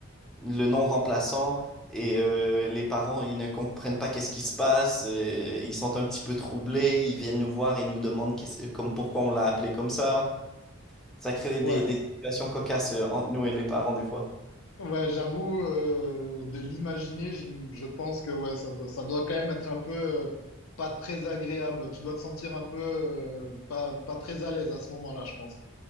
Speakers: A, in the centre; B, on the left.
A: le non remplaçant et euh, les parents, ils ne comprennent pas qu'est-ce qui se passe, euh, ils sont un petit peu troublés, ils viennent nous voir et nous demandent qu'est-ce- comme pourquoi on l'a appelé comme ça. Ça crée
B: Ouais.
A: des, des situations cocasses euh, entre nous et les parents des fois.
B: Ouais, j'avoue, euh, de l'imaginer, j'im- je pense que ouais, ça doit, ça doit quand même être un peu euh, pas très agréable. Tu dois te sentir un peu euh, pas, pas très à l'aise à ce moment-là, je pense.